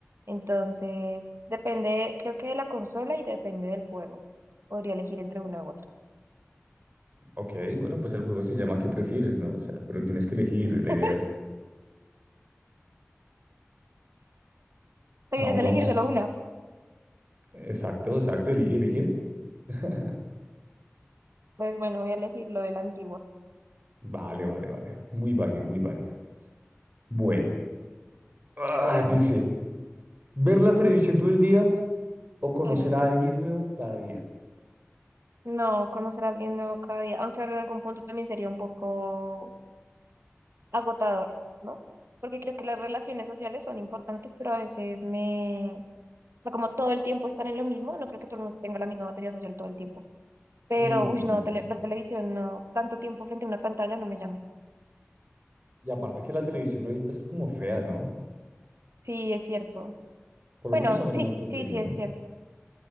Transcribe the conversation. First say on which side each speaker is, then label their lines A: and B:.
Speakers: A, on the right; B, on the right.
A: Entonces, depende, creo que de la consola y depende del juego. Podría elegir entre una u otra.
B: ok, bueno, pues el juego se llama ¿Qué prefieres, no? O sea, pero tienes que elegir,
A: <laughs>
B: la idea es,
A: Podrías
B: vamos,
A: elegir
B: vamos,
A: solo una.
B: exacto, exacto, elige, elige. <laughs>
A: Pues bueno, voy a elegir lo de la antigua.
B: Vale, vale, vale. Muy válido, muy válido. Bueno, ah, dice, ver la televisión todo el día o conocer
A: Bueno,
B: a alguien nuevo cada día.
A: no, No, conocer a alguien nuevo cada día, aunque en algún punto también sería un poco agotador, ¿no? Porque creo que las relaciones sociales son importantes, pero a veces me... O sea, como todo el tiempo estar en lo mismo, no creo que todo el mundo tenga la misma batería social todo el tiempo. Pero,
B: Mm,
A: uy, no, tele- ver televisión, no, tanto tiempo frente a una pantalla no me llama.
B: Y aparte que la televisión ahorita es como fea, ¿no?
A: Sí, es cierto.
B: Por lo
A: Bueno,
B: menos a mí
A: sí,
B: no me entretiene,
A: sí, sí,
B: ¿no?
A: es cierto.